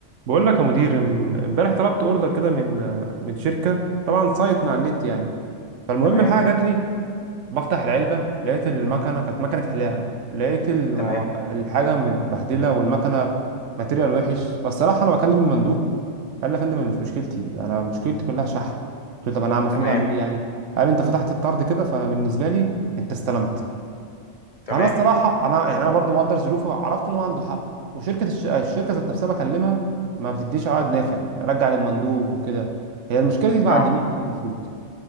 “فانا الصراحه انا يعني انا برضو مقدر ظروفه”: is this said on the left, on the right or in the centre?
Right